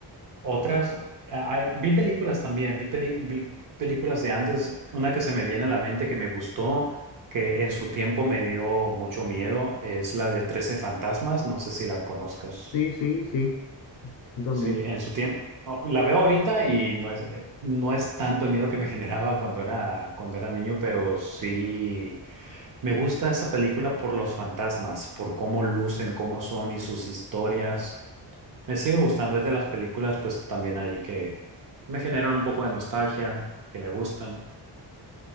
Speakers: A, on the right; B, on the left.
A: otras, ah, ah, vi películas también, vi, peli- vi películas de antes, una que se me viene a la mente que me gustó, que en su tiempo me dio mucho miedo, es la de trece fantasmas, no sé si la conozcas.
B: Sí, sí, sí, yo también,
A: Sí, en su tiempo. La veo ahorita y no es, eh, no es tanto el miedo que me generaba cuando era, cuando era niño, pero sí me gusta esa película por los fantasmas, por cómo lucen, cómo son y sus historias. Me sigue gustando, es de las películas pues también ahí que me generan un poco de nostalgia, que me gustan.